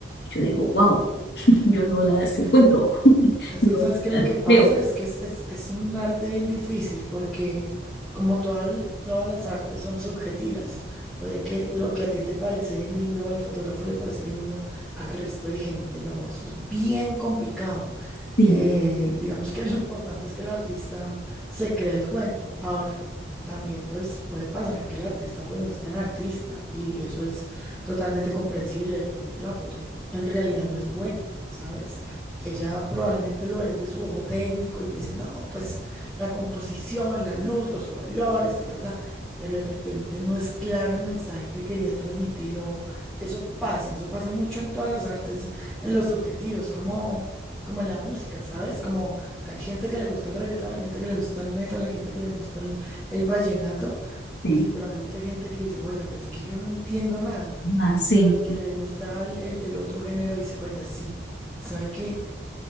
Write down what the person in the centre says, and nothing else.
Es-
Es
que
sabes que
lo que pasa
es que es, es- es un arte bien difícil porque como toda el- todas las artes son subjetivas, puede que lo que a ti te parece lindo al fotógrafo le parezca lindo al resto de gente, no, eso es bien complicado.
Eh, digamos que lo importante es que el artista se crea el cuento. Ahora, también pues puede pasar que el artista pues no es tan artista y eso es totalmente comprensible, de repente la foto en realidad no es buena, ¿sabes? Ella probablemente lo es de su ojo técnico y dice, no, pues la composición, la luz, los colores, ta, ta, ta, pero de repente no es claro el mensaje que quería transmitir o eso pasa, eso pasa mucho en todas las artes, en los subjetivos, como, como en la música, ¿sabes? Como hay gente que le gusta el reggaetón, hay gente que le gusta el metal, hay gente que le gusta el, el vallenato
y probablemente hay gente que dice, oiga, pero es que yo no entiendo nada.
Pero al que le gusta el, el- el otro género dice, oiga, sí, sabe que